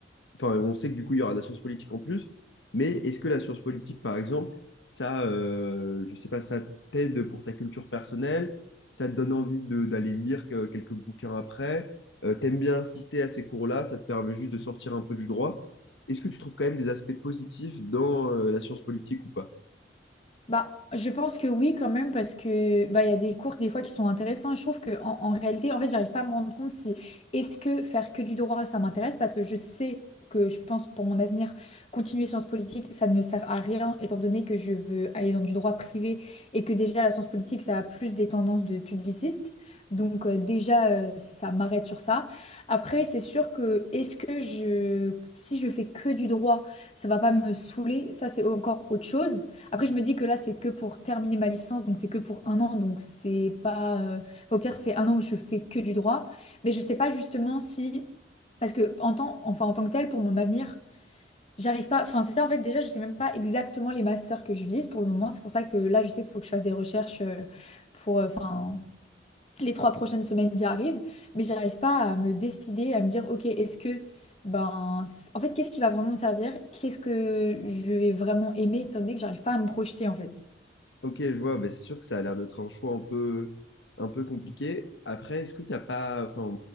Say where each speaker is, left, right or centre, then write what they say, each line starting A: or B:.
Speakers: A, on the left; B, on the left.
A: enfin, on sait que du coup, il y aura de la science politique en plus, mais est-ce que la science politique, par exemple, ça, euh, je sais pas, ça t'aide pour ta culture personnelle, ça te donne envie de- d'aller lire que- quelques bouquins après, euh, t'aimes bien assister à ces cours-là, ça te permet juste de sortir un peu du droit. Est-ce que tu trouves quand même des aspects positifs dans euh, la science politique ou pas?
B: Bah, je pense que oui, quand même, parce que bah, il y a des cours des fois qui sont intéressants et je trouve que en, en réalité, en fait, j'arrive pas à me rendre compte si est-ce que faire que du droit, ça m'intéresse parce que je sais que je pense pour mon avenir, continuer sciences politiques, ça ne me sert à rien étant donné que je veux aller dans du droit privé et que déjà la science politique, ça a plus des tendances de publiciste. Donc euh, déjà, euh, ça m'arrête sur ça. Après, c'est sûr que est-ce que je, si je fais que du droit, ça va pas me saouler, ça c'est encore autre chose. Après, je me dis que là, c'est que pour terminer ma licence, donc c'est que pour un an, donc c'est pas. euh, enfin, au pire, c'est un an où je fais que du droit, mais je sais pas justement si, parce que en tant, enfin en tant que tel, pour mon avenir, j'arrive pas. Enfin, c'est ça en fait. Déjà, je sais même pas exactement les masters que je vise pour le moment. C'est pour ça que là, je sais qu'il faut que je fasse des recherches euh, pour, euh, enfin, les trois prochaines semaines qui arrivent, mais j'arrive pas à me décider, à me dire, ok, est-ce que ben, c- en fait, qu'est-ce qui va vraiment me servir? Qu'est-ce que je vais vraiment aimer, étant donné que j'arrive pas à me projeter, en fait.
A: Ok, je vois, bah, c'est sûr que ça a l'air d'être un choix un peu, un peu compliqué. Après, est-ce que t'as pas, enfin,